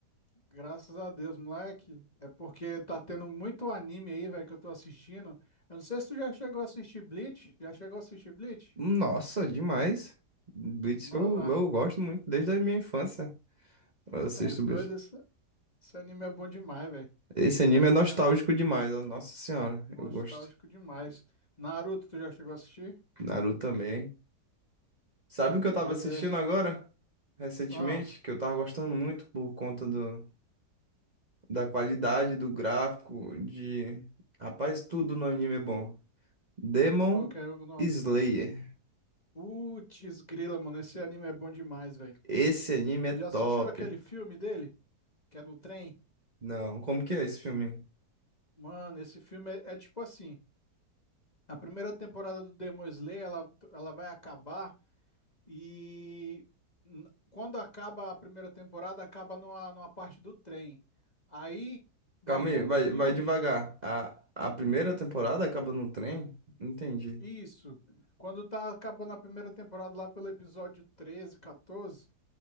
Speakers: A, on the left (about 25°); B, on the right (about 30°).
A: Graças a Deus, moleque. É porque tá tendo muito anime aí, velho, que eu tô assistindo. Eu não sei se tu já chegou a assistir Bleach. Já chegou a assistir Bleach?
B: Nossa, demais. Blitz
A: Mano,
B: eu,
A: an-
B: eu gosto muito desde a minha infância. Eu
A: tu
B: assisto
A: é doido.
B: Blitz.
A: Esse, esse anime é bom demais, velho.
B: Esse
A: Sério
B: anime é nostálgico
A: mesmo, ó.
B: demais, ó. Nossa senhora,
A: Nostálgico
B: eu gosto.
A: demais. Naruto, tu já chegou a assistir?
B: Naruto também. Sabe
A: É
B: o que
A: doido,
B: eu tava assistindo
A: é.
B: agora? Recentemente,
A: Ah,
B: que eu tava gostando muito por conta do, da qualidade do gráfico, de... Rapaz, tudo no anime é bom. Demon
A: qual que é o nome?
B: Slayer.
A: Putz, grila, mano. Esse anime é bom demais, velho.
B: Esse anime é
A: Já
B: top.
A: assistiu aquele filme dele? que é no trem.
B: Não, como que é esse filme?
A: Mano, esse filme é, é tipo assim. A primeira temporada do Demon Slayer, ela, ela vai acabar e n- quando acaba a primeira temporada, acaba numa, numa parte do trem. Aí vai
B: Calma
A: ter
B: aí,
A: um
B: vai,
A: filme,
B: vai devagar. A, a primeira temporada acaba no trem? Entendi.
A: isso. Quando tá acabando a primeira temporada lá pelo episódio 13, 14,